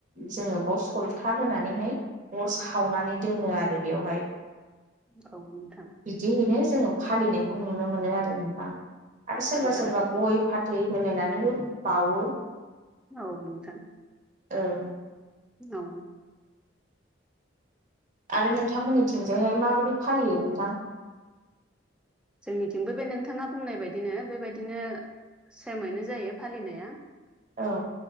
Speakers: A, on the right (about 40°); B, in the centre.
A: जोङो बेयाव सलथा होनानैहाय अर सावनानै दोनो आरो बेवहाय
B: औ नोंथां।
A: बिदिहैनो जोङो फालिनायखौ नुनो मोनो आरो नोंथां आरो सोरबा
B: जागोन
A: सोरबा गय फाथ थै होलायनानैबो बावो
B: औ नोंथां।
A: औ
B: औ
A: आरो नोंथांमोननि थिंजायहाय माबोरै फालियो नोंथां?
B: जोंनिथिंबो बे नोंथाङा बुंनाय बायदिनो बेबायदिनो सेमैनो जायो फालिनाया
A: औ